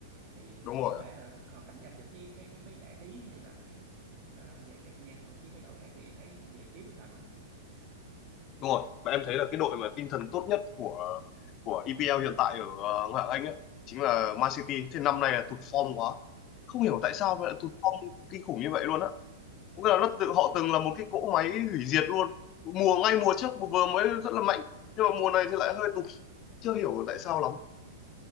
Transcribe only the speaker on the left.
đúng rồi
đúng rồi mà em thấy là cái đội mà tinh thần tốt nhất của của EPL hiện tại ở ờ, ngoại hạng Anh ấy chính là Man City thế năm nay là tụt form quá không hiểu
tại sao mà lại tụt form kinh khủng như vậy luôn á có nghĩa là nó tự họ từng là một cái cỗ máy hủy diệt luôn mùa ngay mùa trước vừa mới rất là mạnh nhưng mà mùa này thì lại hơi tụt chưa hiểu tại sao lắm